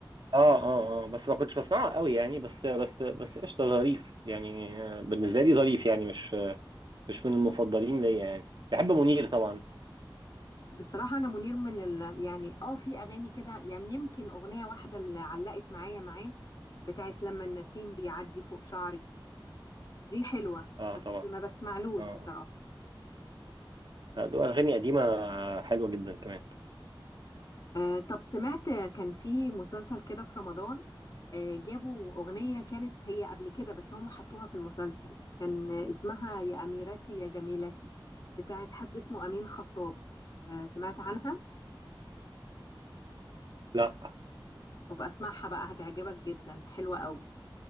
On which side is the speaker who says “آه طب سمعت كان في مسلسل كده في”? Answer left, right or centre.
Left